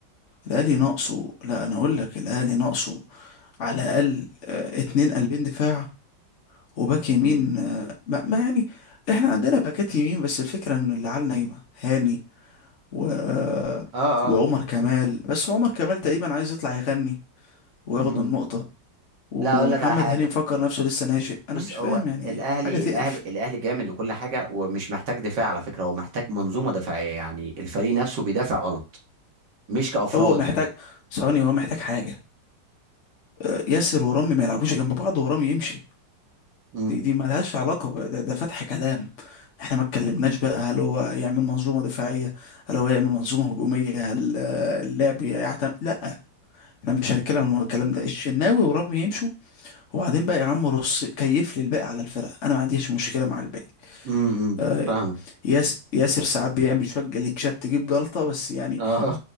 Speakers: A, on the left; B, on the right.
A: الاهلي ناقصه لا انا اقول لك الاهلي ناقصه على الاقل آه، اتنين قلبين دفاع وباك يمين
B: مم.
A: آه، ما, ما يعني احنا عندنا باكات يمين بس الفكره ان اللي على نايمه هاني و آه،
B: اه اه
A: وعمر كمال بس عمر كمال تقريبا عايز يطلع يغني وياخد
B: مم.
A: النقطه ومحمد
B: لا اقول لك على حاجه
A: هاني مفكر نفسه لسه ناشئ انا
B: بص
A: مش
B: هو
A: فاهم يعني
B: الاهلي
A: حاجه تقرف
B: الاهلي الاهلي جامد وكل حاجه ومش محتاج دفاع على فكره هو محتاج منظومه دفاعيه يعني الفريق نفسه بيدافع غلط مش كافراد
A: هو محتاج
B: يعني
A: ثواني هو محتاج حاجة آه، ياسر ورامي ما يلعبوش جنب بعض ورامي يمشي
B: امم
A: دي دي مالهاش علاقة ب- ده, ده فتح كلام احنا ما اتكلمناش بقى هل هو يعمل منظومة دفاعية هل هو يعمل منظومة هجومية هل آه، اللعب يعتمد لا احنا مش هنتكلم عن الكلام ده الشناوي ورامي يمشوا وبعدين بقى يا عم رص كيف لي الباقي على الفرقة انا ما عنديش مشكلة مع الباقي
B: امم
A: آه،
B: فاهم
A: ياس ياسر ساعات بيعمل شوية جليتشات تجيب جلطة بس يعني
B: اه